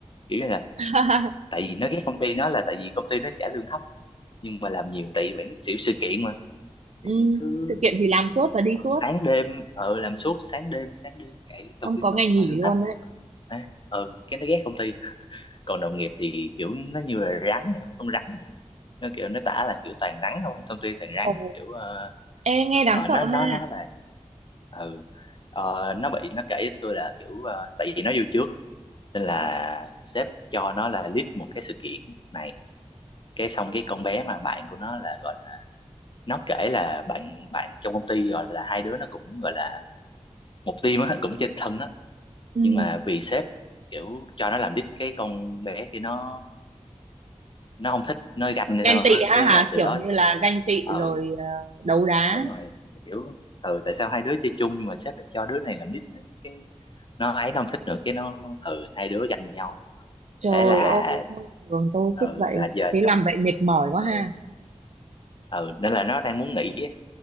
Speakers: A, on the left; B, on the right.
A: kiểu như là
B: <laughs>
A: tại vì nó ghét công ty nó là tại vì công ty nó trả lương thấp nhưng mà làm nhiều tại vì bạn biết xỉu sự kiện mà Điện
B: ừ,
A: cứ
B: sự kiện thì làm suốt và đi
A: ờ,
B: suốt
A: sáng đêm ờ làm suốt sáng đêm sáng đêm chạy liên tục
B: không
A: liên
B: có
A: tục
B: ngày nghỉ
A: mà lương
B: luôn
A: thấp
B: á.
A: Đấy, ờ cái nó ghét công ty còn đồng nghiệp thì kiểu nó như là rắn vậy, con rắn vậy. nó kiểu nó tả là kiểu toàn rắn không công ty toàn rắn
B: Ồ,
A: không kiểu ờ,
B: ê, nghe đáng
A: ờ,
B: sợ
A: nó
B: ha.
A: nó nó là ừ Ờ, nó bị nó kể với tôi là kiểu ờ, tại vì nó vô trước nên là sếp cho nó là lead một cái sự kiện này cái xong cái con bé mà bạn của nó là gọi là nó kể là bạn bạn trong công ty gọi là hai đứa nó cũng gọi là một team á cũng chơi thân á
B: Ừ.
A: nhưng mà vì sếp kiểu cho nó làm lead cái con bé kia nó nó không thích nó ganh hay
B: ganh
A: sao
B: tị
A: á
B: ha
A: cái
B: hả
A: là từ
B: kiểu
A: đó
B: như
A: sẽ
B: là ganh tị
A: ừ
B: rồi ờ, đấu đá
A: đúng rồi kiểu ừ tại sao hai đứa chơi chung nhưng mà sếp lại cho đứa này làm lead nữa cái nó ấy nó không thích nữa cái nó ừ hai đứa ganh nhau
B: Trời
A: thế là
B: ơi, môi trường toxic
A: ừ
B: vậy.
A: là giờ
B: Thế
A: trong
B: làm vậy mệt mỏi quá
A: ừ
B: ha.
A: ừ nên là nó đang muốn nghỉ á.